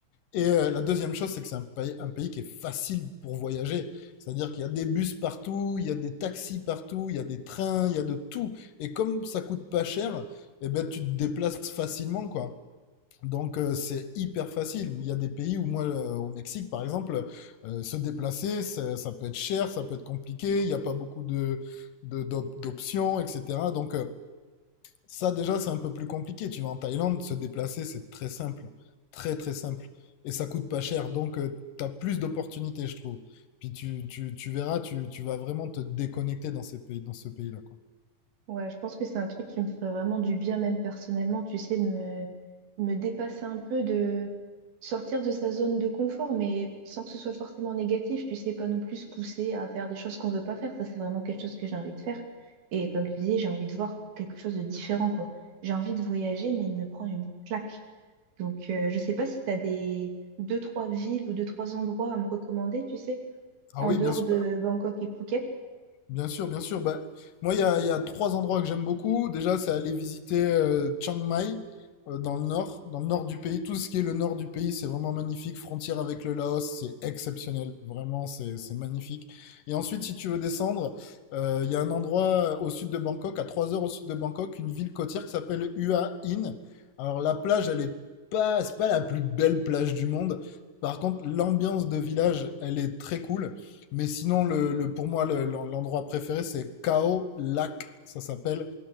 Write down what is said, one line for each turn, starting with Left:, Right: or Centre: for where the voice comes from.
Left: Et euh, la deuxième chose, c'est que c'est un pays, un pays qui est facile pour voyager. C'est-à-dire qu'il y a des bus partout, il y a des taxis partout, il y a des trains, il y a de tout. Et comme ça coûte pas cher, eh ben, tu te déplaces facilement, quoi. Donc euh, c'est hyper facile. Il y a des pays où moi, euh, au Mexique par exemple, euh, se déplacer, ça, ça peut être cher, ça peut être compliqué, il n'y a pas beaucoup de, de- d'op- d'options, etc. Donc euh, ça, déjà, c'est un peu plus compliqué. Tu vas en Thaïlande, se déplacer, c'est très simple. Très, très simple. Et ça coûte pas cher. Donc, tu as plus d'opportunités, je trouve. Puis tu, tu- tu verras, tu, tu vas vraiment te déconnecter dans ces pays, dans ce pays-là, quoi.
Right: Ouais, je pense que c'est un truc qui me ferait vraiment du bien, même personnellement, tu sais, de me, me dépasser un peu, de sortir de sa zone de confort, mais sans que ce soit forcément négatif, tu sais, pas non plus se pousser à faire des choses qu'on veut pas faire. Ça, c'est vraiment quelque chose que j'ai envie de faire. Et comme tu disais, j'ai envie de voir quelque chose de différent, quoi. J'ai envie de voyager, mais de me prendre une claque. Donc, euh, je sais pas si tu as des deux, trois villes ou deux, trois endroits à me recommander, tu sais,
Left: Ah
Right: en
Left: oui,
Right: dehors
Left: bien sûr.
Right: de Bangkok et Phuket.
Left: Bien sûr, bien sûr. Bah, moi, il y a, il y a trois endroits que j'aime beaucoup. Déjà, c'est aller visiter euh, Chiang Mai euh, dans le nord, dans le nord du pays. Tout ce qui est le nord du pays, c'est vraiment magnifique. Frontière avec le Laos, c'est exceptionnel. Vraiment, c'est c'est magnifique. Et ensuite, si tu veux descendre, euh, il y a un endroit euh, au sud de Bangkok, à 3 heures au sud de Bangkok, une ville côtière qui s'appelle Hua Hin. Alors, la plage, elle est pas, c'est pas la plus belle plage du monde. Par contre, l'ambiance de village, elle est très cool. Mais sinon, le, le- pour moi, le- l'endroit préféré, c'est Kao Lac, ça s'appelle.